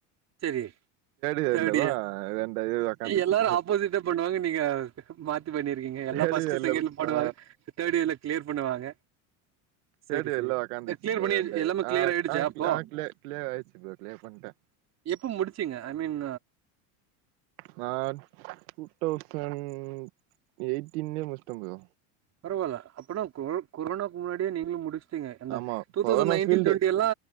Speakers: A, on the right (about 35°); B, on the right (about 80°).
A: செரி
B: இயர்லதா
A: தேர்ட் இயர்
B: ரெண்டு இது ஒக்காந்துச்சு
A: எல்லாரு ஆப்போசிட்டா பண்ணுவாங்க நீங்க மாத்தி பண்ணிருக்கீங்க
B: தேர்ட்
A: எல்லா ஃபர்ஸ்ட்டு
B: இயர்ல
A: செகண்ட்ல போடுவாங்க
B: ஆ
A: தேர்டு இயர்ல கிளியர் பண்ணுவாங்க சேரி
B: தேடியர்ல
A: சேரி
B: உக்காந்துச்சு
A: கிளியர்
B: ப்ரோ
A: பண்ணி
B: எண்ட
A: எல்லாமே கிளியர்
B: ஆ
A: ஆயிடுச்சா அப்போ
B: ஆ கிள கிளியர் ஆயிச்சு ப்ரோ கிளியர் பண்ட
A: எப்போ முடிச்சிங்க ஐ மீன்
B: நா டூ தௌசண்ட் எயிட்டின்லே முடிச்சிட ப்ரோ
A: பரவால்ல அப்பனா கொர கொரனாக்கு முன்னாடியே நீங்களும் முடிச் எப்டிங்க அந்த
B: ஆமா
A: two
B: corona
A: thousand nineteen
B: field
A: டொன்டிலா